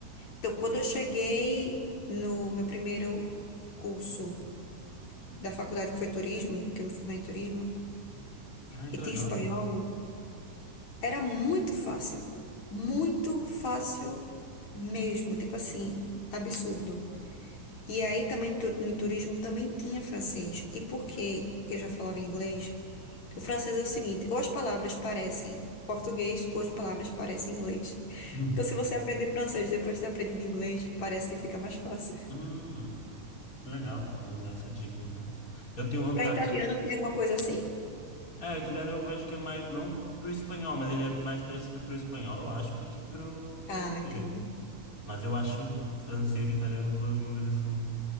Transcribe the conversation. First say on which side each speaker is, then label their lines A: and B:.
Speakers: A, on the left (about 55°); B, on the left (about 25°).
A: Então, quando eu cheguei no meu primeiro curso da faculdade, que foi turismo, que eu me formei em turismo,
B: Ai,
A: e
B: que legal.
A: tinha espanhol, era muito fácil. Muito fácil mesmo. Tipo assim, absurdo. E aí também tu- em turismo também tinha francês. E porque eu já falava inglês, o francês é o seguinte, ou as palavras parecem português, ou as palavras parecem inglês.
B: Hum,
A: Então, se você aprender francês depois de ter aprendido inglês, parece que fica mais fácil.
B: Hum, que legal. Vou usar essa dica, então. Eu tenho vontade
A: Para italiano,
B: de...
A: tem alguma coisa assim?
B: É, o italiano eu vejo que é mais... Não pro espanhol, mas ele é mais parecido pro espanhol, eu acho, do que pro português.
A: Ah, entendi.
B: Mas eu acho francês e italiano duas línguas, assim,